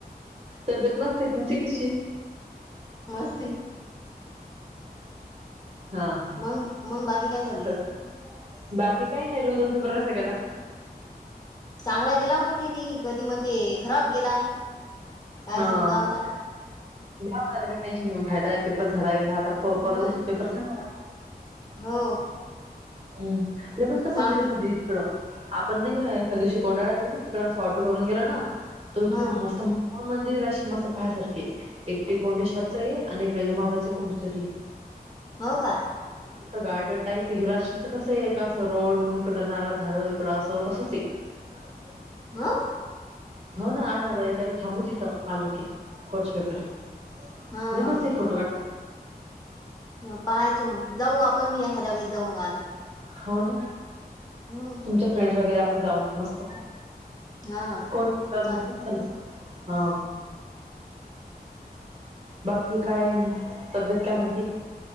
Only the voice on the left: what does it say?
मस्ती.
मग मग बाकी काय चालले
चांगला गेला म्हणते ती कधी म्हणते खराब गेला. काय
समजाव
आता
ह
हो.
सांगू
हा
हो का.
ह.
हा
हा
हा
ह पहायचं मग जाऊ आपण मी एखाद्या वेस जाऊ मग आल
हम्म.
हा
चाल